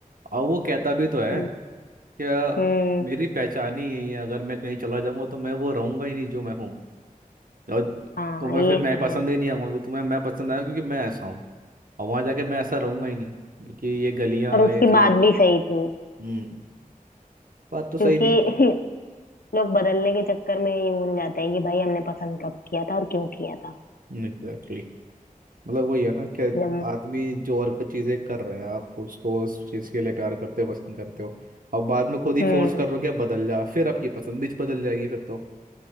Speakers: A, on the right (about 75°); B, on the left (about 85°).
A: और वो कहता भी तो है
B: हम्म
A: क्या
B: हम्म,
A: मेरी पहचान ही यही है अगर मैं कहीं चला जाऊंगा तो मैं वो रहूंगा ही नहीं जो मैं हूँ और
B: हाँ
A: तुम्हें
B: ये
A: फिर मैं
B: तो है
A: पसंद ही नहीं आऊंगा क्योंकि तुम्हें मैं पसंद आया क्योंकि मैं ऐसा हूँ और वहां जाके मैं ऐसा रहूंगा ही नहीं क्योंकि ये गलियां
B: और उसकी
A: ये चीजें
B: बात भी सही थी
A: हम्म बात तो
B: क्योंकि
A: सही थी
B: <laughs> लोग बदलने के चक्कर में ये भूल जाते हैं कि भाई हमने पसंद कब किया था और क्यों किया था
A: एग्जैक्टली exactly. मतलब वही है ना कि
B: जब
A: आदमी जो और कुछ चीजें कर रहे हैं आप उसको उस चीज के लिए प्यार करते हो पसंद करते हो और बाद में खुद ही
B: हम्म
A: फोर्स कर रहे हो कि आप बदल जा फिर आपकी पसंद भी बदल जाएगी फिर तो